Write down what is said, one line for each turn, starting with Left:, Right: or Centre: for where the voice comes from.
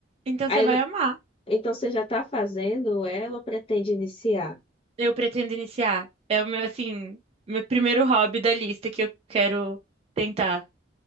Right: Então
Left: Aí,
Right: você vai
Left: no-
Right: amar.
Left: então você já está fazendo ela ou pretende iniciar?
Right: Eu pretendo iniciar. É o meu, assim, meu primeiro hobby da lista que eu quero tentar.